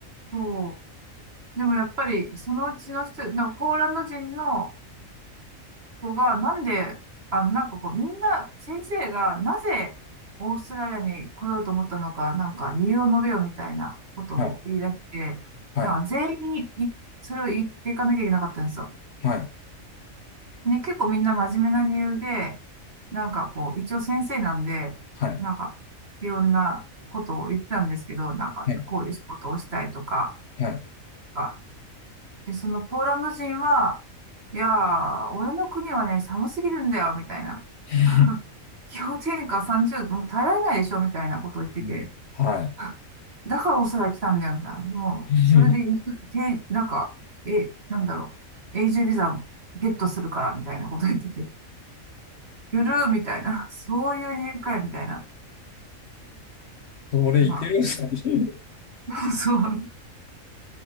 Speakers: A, on the right; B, on the left.
A: そう。でもやっぱり、そのうちの人、なんかポーランド人の、子が、なんで、あの、なんかこう、みんな、先生が、なぜ、オーストラリアに来ようと思ったのか、なんか、理由を述べようみたいなことを言い出して、
B: はい。はい。
A: なんか、全員にい、それを言っていかなきゃいけなかったんですよ。
B: はい。
A: ね、結構みんな真面目な理由で、なんかこう、一応先生なんで、
B: はい。
A: なんか、いろんなことを言ってたんですけど、なんか、
B: は
A: こういう仕事をしたいとか、
B: い。はい。
A: あで、そのポーランド人は、いやー、俺の国はね、寒すぎるんだよ、みたいな。
B: <laughs>
A: <laughs> 氷点下30度、もう耐えられないでしょみたいなことを言ってて。
B: うん。は
A: <laughs> だからオーストラリア来たんだよ、みたいな。もう、
B: い。<laughs>
A: それで、て、なんか、え、なんだろう。永住ビザをゲットするから、みたいなこと言ってて。ゆるーみたいな。そういう理由かい、みたいな。
B: それいけるんすね。
A: まあ、<laughs> そう。